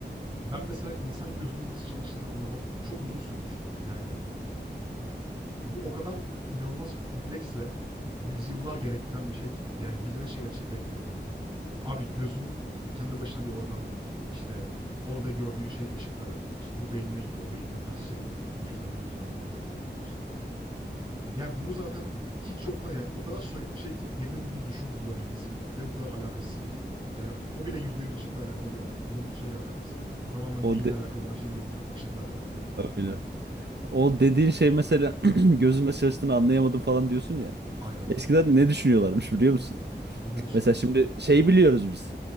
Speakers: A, on the right (about 25°); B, on the right (about 70°).
A: Ben mesela insan gözünün nasıl çalıştığını anlamam çok uzun sürmüştü. Yani bu o kadar inanılmaz kompleks ve yüzyıllar gerektiren bir şey ki. Yani birine şey açıklayabilmen. Abi gözün kendi başına bir organ değil. İşte orada gördüğün şey ışıkla alakalı bir şey. Bu beynine gidiyor. Beyninde ters çevriliyor. Bu yüzden bu yüzden bu yüzden oluyor gibi bir şey. Yani bunu zaten hiç yoktan yani o kadar soyut bir şey ki birinin bunu düşünüp bulabilmesi bile ve bu kadar alakasız bir konuda. Yani o bile %100 ışıkla alakalı ya. Bunun şeyle alakası. Tamamen
B: O
A: beyinle
B: de-
A: alakalı olan şey bile y- ışıkla alakalı ya.
B: öyle. O dediğin şey mesela <clears throat> gözün nasıl çalıştığını anlayamadım falan diyorsun ya.
A: Aynen.
B: Eskiden ne düşünüyorlarmış biliyor musun?
A: Ne düşünüyorsun
B: Mesela şimdi
A: abi?
B: şey biliyoruz biz.